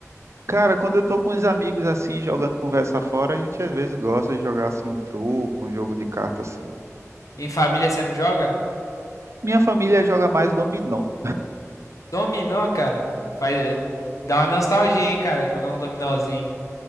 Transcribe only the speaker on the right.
Cara, quando eu tô com os amigos assim, jogando conversa fora, a gente às vezes gosta de jogar assim um truco, um jogo de carta assim.
Minha família joga mais dominó.